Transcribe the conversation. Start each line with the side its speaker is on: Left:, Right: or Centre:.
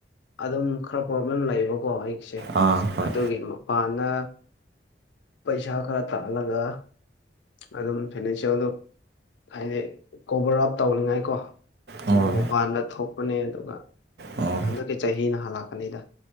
Left: ꯑꯗꯨꯝ ꯈꯔ ꯄ꯭ꯔꯣꯕ꯭ꯂꯦꯝ ꯂꯩꯌꯦꯕꯀꯣ ꯑꯩꯁꯦ
Right: ꯑꯥ ꯍꯣꯏ
Left: ꯑꯗꯨꯒꯤ ꯃꯄꯥꯟꯅ ꯄꯩꯁꯥ ꯈꯔ ꯇ ꯑꯂꯒ ꯑꯗꯨꯝ ꯐꯥꯏꯅꯥꯟꯁꯤꯌꯦꯜꯗꯣ ꯍꯥꯏꯗꯤ ꯀꯣꯚꯔ ꯑꯞ ꯇꯧꯅꯤꯡꯉꯥꯏꯀꯣ
Right: ꯑꯣ
Left: ꯑꯗꯨ ꯃꯄꯥꯟꯗ ꯊꯣꯛꯄꯅꯦ ꯑꯗꯨꯒ
Right: ꯑꯣ
Left: ꯍꯟꯗꯛꯀꯤ ꯆꯍꯤꯅ ꯍꯜꯂꯛꯀꯅꯤꯗ